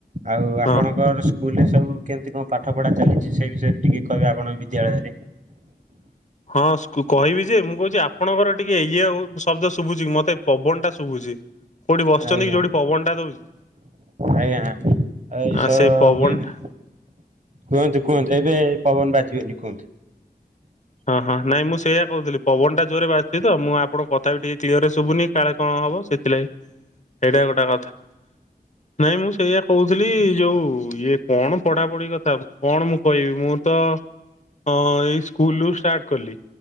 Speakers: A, on the right; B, on the left.
A: ଆଉ
B: ହଁ
A: ଆପଣଙ୍କର ସ୍କୁ ସ୍କୁଲରେ ସବୁ କେମିତି କଣ ପାଠ ପଢ଼ା ଚାଲିଛି। ସେ ବିଷୟରେ ଟିକେ କହିବା ଆପଣ ବିଦ୍ୟାଳୟରେ।
B: ହଁ ସ୍କୁ କହିବି ଯେ, ମୁଁ କହୁଛି ଆପଣଙ୍କର ଟିକେ ଇଏ ହଉ ଶୁ ଶବ୍ଦ ଶୁଭୁଛି କି ମତେ ପବନ ଟା ଶୁଭୁଛି। କୋଉଠି ବସିଛନ୍ତି
A: ଆଜ୍ଞା
B: କି ଯୋଉଠି ପବନ ଟା ଦଉଛି।
A: ଆଜ୍ଞା ଏଇସ
B: ଆ ସେଇ ପବନ
A: ମୁଁ ଏବେ
B: ଟା
A: କୁହନ୍ତୁ କୁହନ୍ତୁ, ଏବେ ପବନ ବାଜିବନି କୁହନ୍ତୁ।
B: ହଁ ହଁ ନାଇଁ ମୁଁ ସେଇୟା କହୁଥିଲି। ପବନ ଟା ଜୋରରେ ବାଜୁଛି ତ, ମୁଁ ଆଣଙ୍କ କଥା ବି ଟିକେ କ୍ଲିୟରରେ ଶୁଭୁନି କାଳେ କଣ ହବ ସେ ଥିଲାଗି, ସେଇଟା ଗୋଟେ କଥା ନାଇଁ ମୁଁ ସେଇଆ କହୁଥିଲି ଯୋଉ ଇଏ କଣ ପଢାପଢି କଥା। କଣ ମୁଁ କହିବି ମୁଁ ତ ହଁ ଏଇ ସ୍କୁଲରୁ ଷ୍ଟାର୍ଟ କଲି।